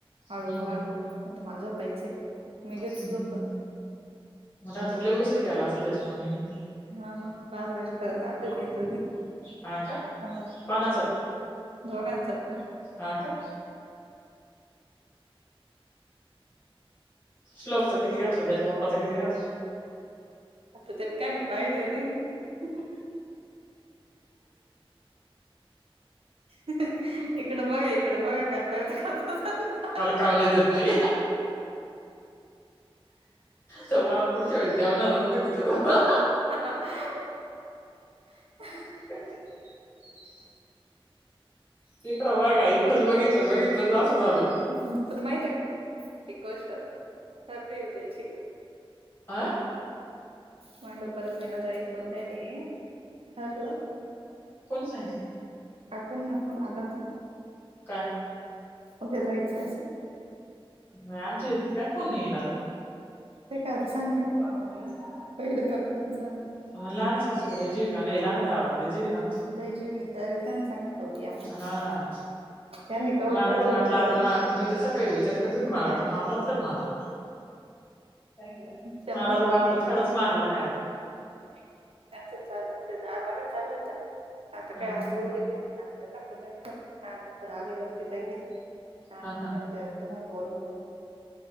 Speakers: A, on the right; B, on the left.
A: हळू
B: हम्म
A: हळू. म्हटलं मला झोपायचय. मी घेतो
B: हम्म.
A: झोपून.
B: मग रात्री लय उशीर केला असेल त्याच्या मम्मीनी.
A: हा मग. बारा वाजेपर्यंत <unintelligible>
B: हा का
A: हां.
B: कोणाचा
A: दोघांचं पण.
B: हा का श्लोकचा किती घातला? त्याच्या पप्पाचा किती घातला?
A: आता ते म काय मी पाहिल नाही. इकड बघा. इकड बघा. करताय ना <unintelligible>
B: काऊ नाही देत मी. तर बा पुढच्या वेळेस जेवणारच नाही तिच्याजवळ.
A: ह ह
B: <inaudible> इकड बघा. इकडच बघितलं बघितलं तर असं झालं.
A: हम्म. तुला माहित आहे का? एक गोष्ट ठरतेय उद्याची.
B: आं?
A: म्हटलं परत मला जायचं उद्या ये ठरलं?
B: कोण सांगितलं?
A: काकण नफन आला तू.
B: काय?
A: <unintelligible>
B: म आमच्या इथत काय फोन नाही येईना ग
A: ते काय आता सांगतील ना.
B: <unintelligible> सांग ना.
A: पहिले काकू ना जा ना.
B: म लाहणे सासू कडे जिव ए का? हे लाहन्या जावे कडे जीव ए.
A: लय जीव आहे डायरेक्ट त्यांना सांगितलं होतं या म्हणून
B: हा.
A: यांनी कवर
B: मला
A: फिरवलं
B: तर म्हटलं,
A: फिरवलं
B: आता म मी तर सकाळी विचार करीत होते. मला वाटलं मारला थड म आता. काय केलं?
A: ते म्हणतात
B: मला तर वाटलं थडच मारला का?
A: नाही नाही. त्यांचच चालू होत. <unintelligible> चालू होता आता काय
B: हा
A: आता
B: हा
A: बोलवत नाही म्हणे आता. त्याला पण नेमक <unintelligible> आली वरती <unintelligible>
B: हा हा
A: तुम्हाला बोल <unintelligible>